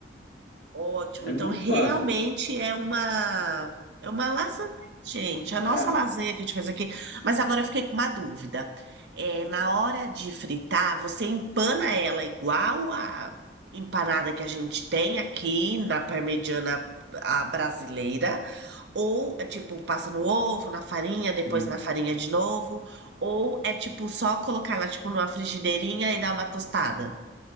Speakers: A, on the right (about 65°); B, on the left (about 65°).
A: Ótimo.
B: É
A: Então,
B: muito
A: realmente
B: fácil.
A: é uma é uma lasanha, gente. A nossa
B: É,
A: lasanha que a gente faz aqui. Mas agora eu fiquei com uma dúvida. É, na hora de fritar, você empana ela igual a empanada que a gente tem aqui na parmegiana a brasileira? Ou é tipo, passa no ovo, na farinha, depois
B: sim.
A: na farinha de novo? Ou é tipo só colocar ela tipo numa frigideirinha e dar uma tostada?